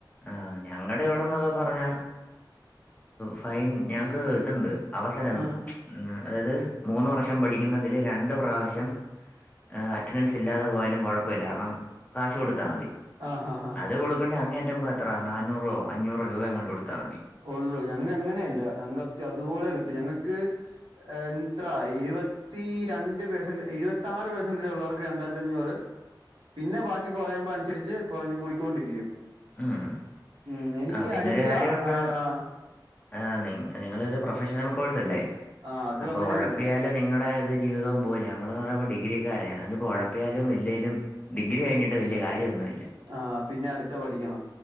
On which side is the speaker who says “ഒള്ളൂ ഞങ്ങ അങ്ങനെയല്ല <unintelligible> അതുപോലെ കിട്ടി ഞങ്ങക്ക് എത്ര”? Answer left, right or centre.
Right